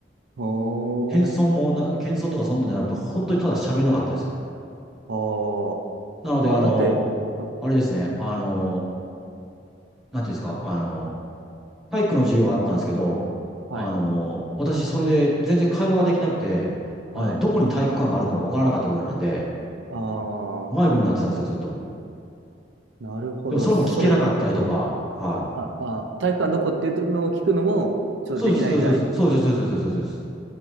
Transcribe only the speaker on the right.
おー、
あー。
まあ、
だって、うん
はい。
はい。
ああ、
なるほど。
それ、
は、あ、体育館どこっていうのを聞くのも、ちょっとできないぐらい。